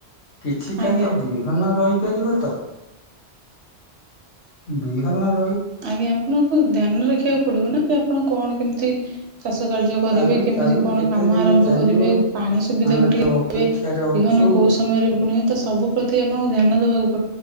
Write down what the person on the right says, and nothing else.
ଆଜ୍ଞା
ଆଜ୍ଞା ଆପଣଙ୍କୁ ଧ୍ୟାନରେ ରଖିବାକୁ ପଡିବ ନା ଯେ ଆପଣ କଣ କେମିତି। ଚାଷ କାର୍ଯ୍ୟ କରିବେ
କେମିତି
କଣ
କାମ
ଆରମ୍ଭ
କରିବେ ପାଣି ସୁବିଧାକୁ
ଟିକେ
ବିହନ। କୋଉ ସମୟରେ ବୁଣିବ ତ ସବୁ ପ୍ରତି ଆପଣଙ୍କୁ ଧ୍ୟାନ ଦବାକୁ